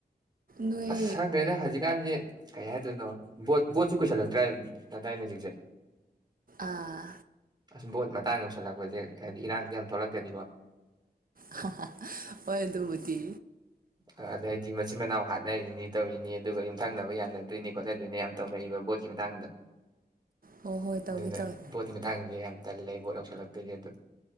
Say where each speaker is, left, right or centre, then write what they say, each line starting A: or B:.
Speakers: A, on the right (about 55°); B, on the right (about 25°).
A: ꯅꯣꯏ
B: ꯑꯁ ꯈꯪꯗꯦꯗ ꯍꯧꯖꯤꯛꯀꯥꯟꯖꯦ ꯀꯩ ꯍꯥꯏꯗꯣꯏꯅꯣ ꯕꯣꯠ ꯕꯣꯠꯁꯨ ꯀꯨꯏꯁꯜꯂꯛꯇ꯭ꯔꯥ ꯇꯗꯥꯏꯅꯦ ꯍꯧꯖꯤꯛꯁꯦ꯫
A: ꯑꯥ
B: <unintelligible> ꯕꯣꯠ ꯃꯇꯥꯡ ꯌꯧꯁꯤꯜꯂꯛꯄꯖꯦ ꯍꯥꯏꯗꯤ ꯏꯔꯥꯡꯖꯦ ꯌꯥꯝ ꯊꯣꯛꯂꯛꯀꯅꯤꯀꯣ꯫
A: ꯍꯥ ꯍꯥ ꯍꯣꯏ ꯑꯗꯨꯕꯨꯗꯤ꯫
B: ꯑ ꯑꯗꯩꯗꯤ ꯃꯆꯤꯟ ꯃꯅꯥꯎ ꯍꯥꯠ ꯈꯣꯠꯅꯔꯤꯅꯤ ꯇꯧꯔꯤꯅꯤ ꯑꯗꯨꯒ ꯌꯨꯝꯊꯪꯅꯕ ꯌꯥꯅꯗꯣꯏꯅꯤ ꯈꯣꯠꯅꯗꯣꯏꯅꯤ ꯌꯥꯝ ꯇꯧꯅꯩꯕ ꯕꯣꯠꯀꯤ ꯃꯇꯥꯡꯗ꯫
A: ꯍꯣꯏ ꯍꯣꯏ ꯇꯧꯋꯤ
B: ꯑꯗꯨꯅ
A: ꯇꯧꯋꯤ
B: ꯕꯣꯠꯀꯤ ꯃꯇꯥꯡꯖꯦ ꯌꯥꯝ ꯇꯜꯂꯦ ꯕꯣꯠ ꯌꯧꯁꯤꯜꯂꯛ ꯑꯗꯨꯅꯤ ꯑꯗꯨ